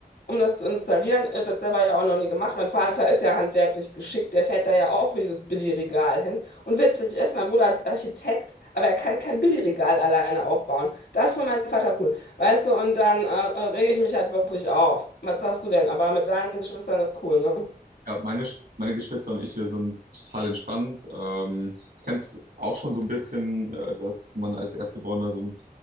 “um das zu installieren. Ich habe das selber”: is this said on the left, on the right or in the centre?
Left